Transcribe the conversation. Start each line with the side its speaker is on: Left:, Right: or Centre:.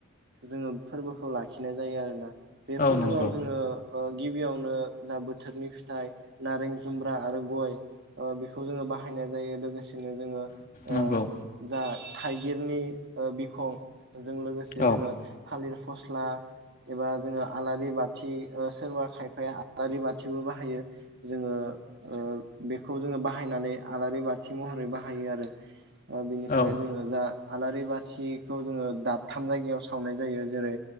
Right: जोङो फोरबोखौ लाखिनाय जायो आरोना बे फोरबोआव
Left: औ नंगौ
Right: जोङो गिबियाव नो बोथोरनि फिथाइ नारें जुमब्रा आरो गय बेखौ जोङो बाहायनाय जायो। लोगोसेनो जोङो ओ
Left: नंगौ
Right: जा थाइगिरनि ओ बिखं जों लोगोसे
Left: औ
Right: जोङो थालिर फस्ला एबा जोङो आलारि बाथि ओ सोरबा खायफाया आलारि बाथिबो बाहायो जोङो ओ बेखौ जोङो बाहायनानै आलारि बाथि महरै बाहायो आरो। ओ बिनिफ्राय
Left: औ
Right: जोङो जा आलारि बा थिखौ जोङो दाबथाम जायगायाव सावनाय जायो जेरै